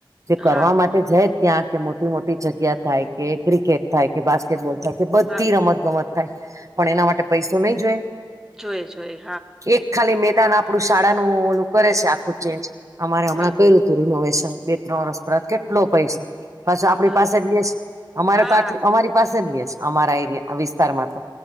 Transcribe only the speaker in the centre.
હા
હા
જોયએ જોઈએ.
હા
હા
હા